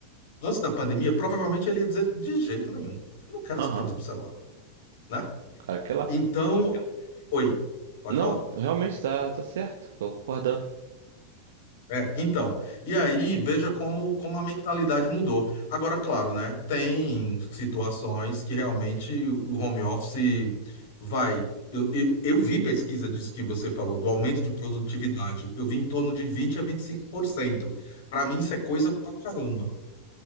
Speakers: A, on the left; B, on the right.
A: antes da pandemia, provavelmente ele ia dizer de jeito nenhum. Eu não quero
B: aham.
A: ser atendido pelo celular, né?
B: Cara, que lá.
A: Então, oi, pode
B: Não,
A: falar.
B: realmente tá, tá certo. Tô concordando.
A: É, então, e aí veja como, como a mentalidade mudou. Agora, claro, né? Tem situações que realmente o home office vai. Eu, eu, eu vi pesquisa disso que você falou, do aumento de produtividade. Eu vi em torno de 20 a 25%. Para mim, isso é coisa pra caramba.